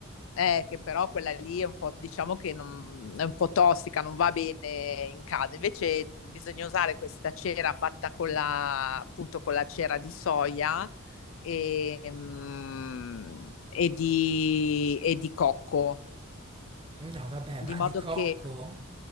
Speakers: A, on the left; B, on the right.
A: Eh, che però quella lì è un po', diciamo che non- è un po' tossica, non va bene in casa. Invece bisogna usare questa cera fatta con la, appunto, con la cera di soia e, mm, e di, e di cocco.
B: No, vabbè,
A: Di
B: ma
A: modo
B: di cocco?
A: che